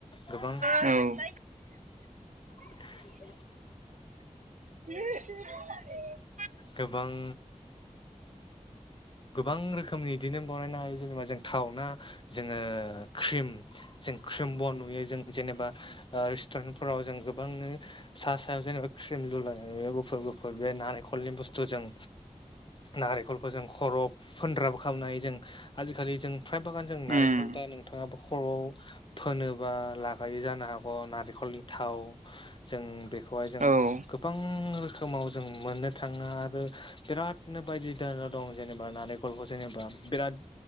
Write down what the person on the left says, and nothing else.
गोबां
<inaudible>
गोबां गोबां रोखोमनि इदिनो बनायनो हायो जेनेबा जों थावना जोङो क्रिम जों क्रिम बन नुयो जों जेनेबा ओ रेस्टुरेन्टफोराव जों गोबांनो सा सायाव जेनेबा क्रिम लुलायो गुफुर गुफुर बे नारिखलनि बुस्थुजों नारेखलखौ जों खर'वाव फोनग्राबो खालामनो हायो जों आजिखालि जों फ्राय बागान जों नारेखल
दा नोंथाङाबो खर'आव फोनोबा लागायो जानो हागौ नारेंखलनि थाव जों बेखौहाय जों
गो बां रोखोमाव जों मोननो थाङो आरो बिरादनो बायदि‌ <unintelligible> दं। जेनेबा नारेखलखौ जेनेबा बिराद